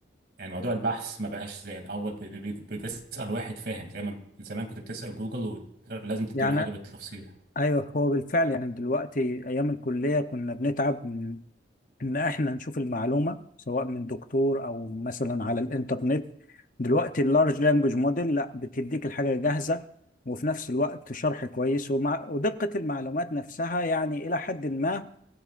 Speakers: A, on the right; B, on the left.
A: يعني موضوع البحث ما بقاش زي الأول ب- ب- ب- بتسأل واحد فاهم زي ما زمان كنت بتسأل جوجل ولازم تديله
B: يعني
A: حاجة بالتفصيل
B: ايوه هو بالفعل يعني دلوقتي ايام الكلية كنا بنتعب من ان احنا نشوف المعلومة سواء من دكتور او مثلا على الانترنت دلوقتي اللارج لانجوج موديل لا بتديك الحاجة جاهزة وفي نفس الوقت شرح كويس ومع ودقة المعلومات نفسها يعني الى حد ما